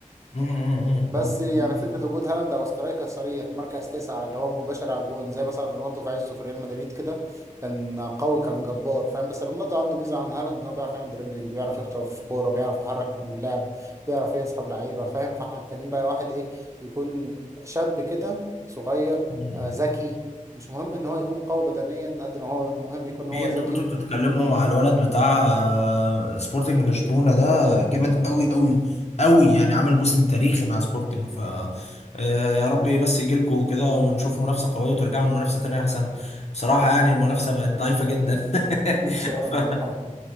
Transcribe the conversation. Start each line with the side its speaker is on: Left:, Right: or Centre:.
Left: مم، مم،
Right: بس
Left: مم،
Right: يعني
Left: مم،
Right: فكرة وجود هالاند أو سترايكر صريح مركز تسعة اللي هو مباشر على الجون زي مثلا رونالدو في عزه في ريال مدريد كده كان قوي كان جبار فاهم بس رونالدو عنده ميزة عن هالاند إن هو بيعرف يعمل دريبلينج بيعرف يخطف في كورة بيعرف يحرك اللاعب بيعرف يسحب لعيبة فاهم فاحنا محتاجين بقى واحد إيه يكون شاب كده صغير
Left: مم.
Right: آه، ذكي مش مهم إن هو يكون قوي بدنيا قد ما هو مهم يكون
Left: في
Right: هو
Left: انتوا
Right: ذكي
Left: كنتوا بتتكلموا مع الولد بتاع آه، سبورتنج لشبونه ده جامد قوي قوي قوي يعني عامل موسم تاريخي مع سبورتنج ف آه، يا رب بس يجي لكم كده ونشوف منافسه قويه وترجعوا للمنافسه تاني احسن بصراحه يعني المنافسه بقت ضعيفه جدا <laughs>
Right: <laughs> إن شاء
Left: ف...
Right: الله